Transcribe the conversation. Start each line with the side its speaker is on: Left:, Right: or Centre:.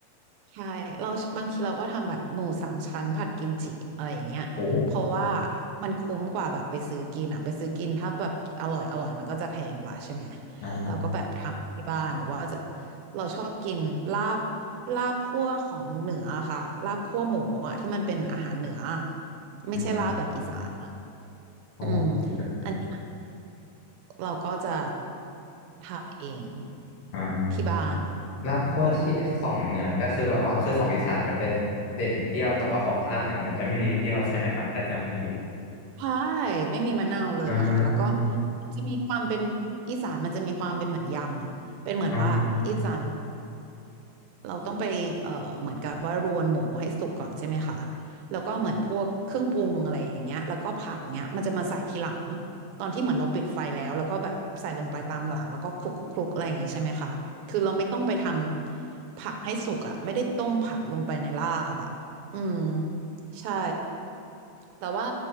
Right: ใช่เราบางทีเราก็ทำแบบหมูสามชั้นผัดกิมจิอะไรอย่างเงี้ยเพราะว่า
Left: โอ้
Right: มันคุ้มกว่าแบบไปซื้อกินอะไปซื้อกินถ้าแบบอร่อยอร่อยมันก็จะแพงกว่าใช่ไหม
Left: อ่า
Right: เราก็แบบทำที่บ้านหรือว่าจะเราชอบกินลาบลาบคั่วของเหนืออะค่ะลาบคั่วหมูอะที่มันเป็นอาหารเหนืออะไม่ใช่ลาบแบบอีสานอะ
Left: อืมโอ้เก็บอยู่
Right: อืมอันเนี้ยเราก็จะทำเอง
Left: อ่า
Right: ที่บ้าน
Left: ลาบคั่วที่ของเหนือก็คือแบบว่าคือของอีสานมันจะ
Right: อือหือ
Left: เด่นเปรี้ยวแต่ว่าของลาบเหนือมันจะไม่มีเปรี้ยวใช่ไหมครับถ้าจำไม่ผิด
Right: ใช่ไม่มีมะนาวเลยอะค่ะแล้วก็
Left: อ่า
Right: จะมีความเป็นอีสานมันจะมีความเป็นเหมือนยำอ่ะเป็นเหมือนว่าอีสาน
Left: อ่า
Right: เราต้องไปเอ่อเหมือนกับว่ารวนหมูให้สุกก่อนใช่ไหมคะแล้วก็เหมือนพวกเครื่องปรุงอะไรอย่างเงี้ยแล้วก็ผักเงี้ยมันจะมาใส่ทีหลังตอนที่เหมือนเราปิดไฟแล้วแล้วก็แบบใส่ลงไปตามหลังแล้วก็คลุกคลุกคลุกอะไรอย่างงี้ใช่ไหมคะคือเราไม่ต้องไปทำผักให้สุกอ่ะไม่ได้ต้มผักลงไปในลาบอ่ะอืมใช่ แต่ว่า